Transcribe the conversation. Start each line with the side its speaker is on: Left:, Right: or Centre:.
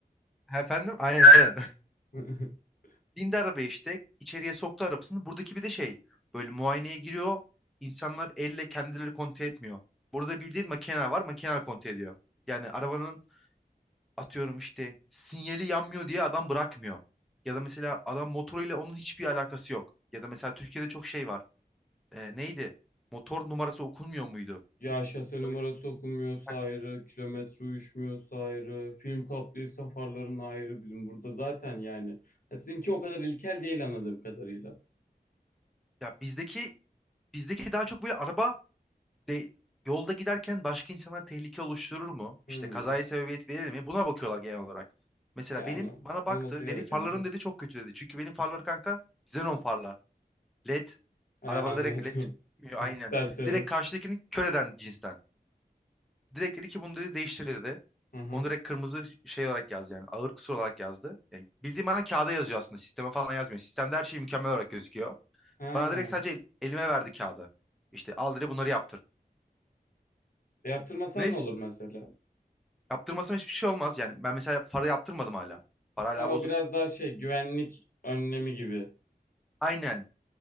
Centre: efendim aynen aynen.
Left: <laughs>
Centre: Bindi arabaya işte içeriye soktu arabasını. Buradaki bir de şey böyle muayeneye giriyor. İnsanlar elle kendileri kontrol etmiyor. Burada bildiğin makine var makine kontrol ediyor. Yani arabanın atıyorum işte sinyali yanmıyor diye adam bırakmıyor. Ya da mesela adam motoruyla onun hiçbir alakası yok. Ya da mesela Türkiye'de çok şey var. Ee, neydi? Motor numarası okunmuyor muydu?
Left: Ya şase numarası
Centre: Öyle.
Left: okunmuyorsa
Centre: Heh.
Left: ayrı, kilometre uyuşmuyorsa ayrı, film kaplıysa farların ayrı bizim burada zaten yani. Ya sizinki o kadar ilkel değil anladığım kadarıyla.
Centre: Ya bizdeki bizdeki daha çok böyle araba de, yolda giderken başka insanlara tehlike oluşturur mu? İşte
Left: Hı.
Centre: kazaya sebebiyet verir mi? Buna bakıyorlar genel olarak. Mesela
Left: Yani
Centre: benim bana baktı
Left: olması gereken
Centre: dedi farların
Left: de o.
Centre: dedi çok kötü dedi. Çünkü benim farlar kanka xenon farlar. LED.
Left: Ha,
Centre: Araba
Left: anladım.
Centre: direkt LED çıkmıyor
Left: <laughs> Hafif
Centre: aynen.
Left: serseri.
Centre: Direkt karşıdakini kör eden cinsten. Direkt dedi ki bunu dedi değiştir dedi.
Left: Hı hı.
Centre: Onu direkt kırmızı şey olarak yazdı yani ağır kusur olarak yazdı. Yani bildiğim bana kağıda yazıyor aslında sisteme falan yazmıyor. Sistemde her şey mükemmel olarak gözüküyor.
Left: Ha.
Centre: Bana direkt sadece el- elime verdi kağıdı. İşte al dedi bunları yaptır.
Left: Yaptırmasan
Centre: Neyse
Left: ne olur mesela?
Centre: Yaptırmasam hiçbir şey olmaz. Yani ben mesela para yaptırmadım hala. Para hala
Left: Ha,
Centre: bozuk.
Left: o biraz daha şey güvenlik önlemi gibi.
Centre: Aynen.